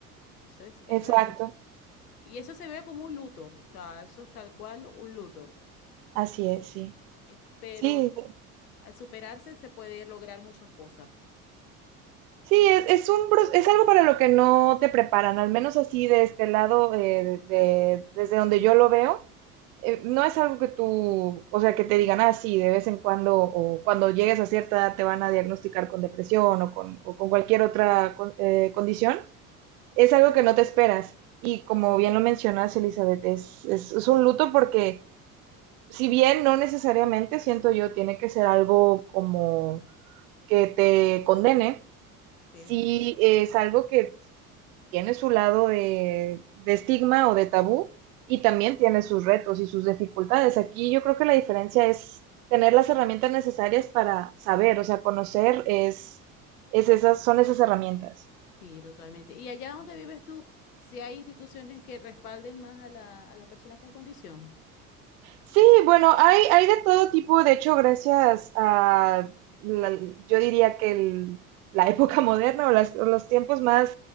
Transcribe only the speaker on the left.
Eso es, eso
es así. Y eso se ve como un luto, o sea, eso es tal cual un luto.
Eh, Pero
al superarse se puede lograr muchas cosas.
Así
es.
Sí, totalmente. ¿Y allá donde vives tú, si hay instituciones que respalden más a la, a las personas con condición?